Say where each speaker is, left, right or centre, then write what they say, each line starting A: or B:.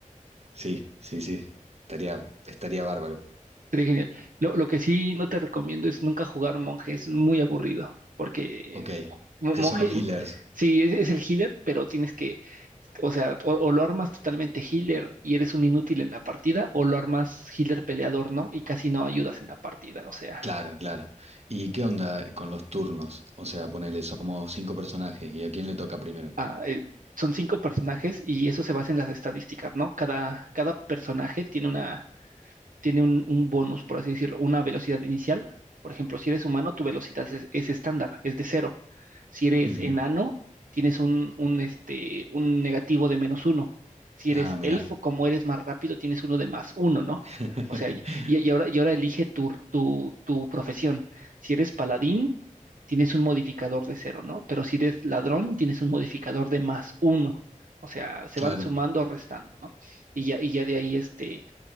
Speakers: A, on the right; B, on the right.
A: sí, sí, sí, estaría, estaría bárbaro.
B: Sería genial. Lo, lo que sí no te recomiendo es nunca jugar monje, es muy aburrido, porque eh,
A: Ok,
B: mo-
A: que
B: monje,
A: son los healers.
B: sí, es, es el healer, pero tienes que, o sea, o, o lo armas totalmente healer y eres un inútil en la partida, o lo armas healer peleador, ¿no? Y casi no ayudas en la partida, o sea,
A: Claro, claro. ¿Y qué onda con los turnos? O sea, ponele, somos cinco personajes, ¿y a quién le toca primero?
B: ah, eh, son cinco personajes y eso se basa en las estadísticas, ¿no? Cada, cada personaje tiene una... tiene un, un bonus, por así decirlo, una velocidad inicial. Por ejemplo, si eres humano, tu velocidad es, es estándar, es de cero. Si eres
A: Ujú.
B: enano, tienes un, un, este, un negativo de menos uno. Si eres
A: Ah, mirá.
B: elfo, como eres más rápido, tienes uno de más uno, ¿no?
A: <laughs>
B: O sea, y, y ahora, y ahora elige tu, tu, tu profesión. Si eres paladín, tienes un modificador de cero, ¿no? Pero si eres ladrón, tienes un modificador de más uno. O sea, se
A: Claro.
B: van sumando o restando, ¿no? Y ya, y ya de ahí, este,